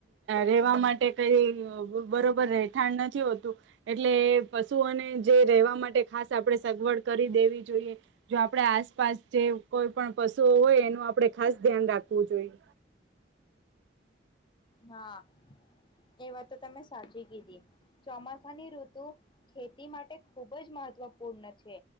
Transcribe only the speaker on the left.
હા, એ વા તો તમે સાચી કીધી ચોમાસાની ઋતુ, ખેતી માટે ખૂબ જ મહત્વપૂર્ણ છે,